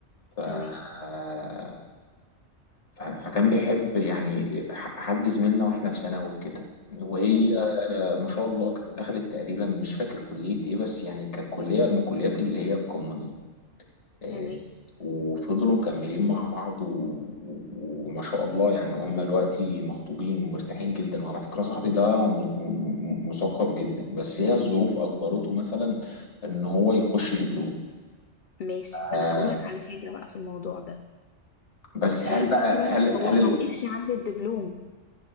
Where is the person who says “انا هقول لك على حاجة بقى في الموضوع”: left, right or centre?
Left